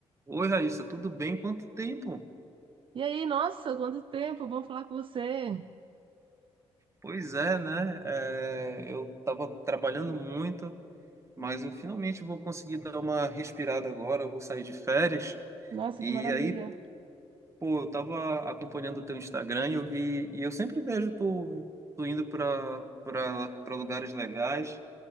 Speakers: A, on the right (about 25°); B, on the right (about 50°).
A: Oi, Raíssa, tudo bem? Quanto tempo?
B: E aí, nossa, quanto tempo, bom falar com você.
A: Pois é, né? É, eu estava trabalhando muito, mas eu finalmente vou conseguir dar uma respirada agora. Eu vou sair de férias.
B: Nossa,
A: E
B: que maravilha.
A: aí, pô, eu estava acompanhando o teu Instagram e eu vi, e eu sempre vejo tu, tu indo para para lugares legais.